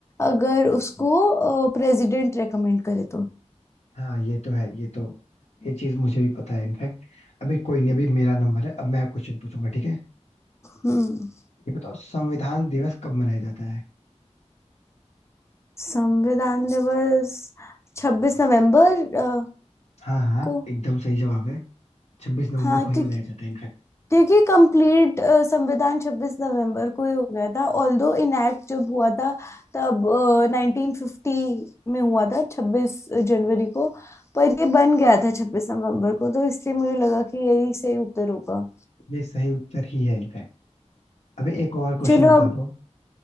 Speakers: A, on the left; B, on the left.
A: अगर उसको प्रेसिडेंट रेकमेंड करे तो
B: हाँ ये तो है ये तो ये चीज मुझे भी पता है इनफैक्ट अभी कोई नहीं अभी मेरा नंबर है अब मैं क्वेश्चन पूछूंगा ठीक है
A: हम्म
B: ये बताओ संविधान दिवस कब मनाया जाता है
A: संविधान दिवस छब्बीस नवंबर अ,
B: हाँ हाँ
A: को
B: एकदम सही जवाब है छब्बीस नवंबर
A: हाँ
B: को ही
A: क्योंकि
B: मनाया जाता है इनफैक्ट
A: क्योंकि कंप्लीट संविधान छब्बीस नवंबर को ही हो गया था ऑल्दो इनैक्ट जब हुआ था तब नाइनटीन फिफ्टी में हुआ था छब्बीस जनवरी को पर ये बन गया था छब्बीस नवंबर को तो इसलिए मुझे लगा कि यही सही उत्तर होगा
B: ये सही उत्तर ही है इनफैक्ट अभी एक और क्वेश्चन
A: चलो
B: बता
A: अब
B: दो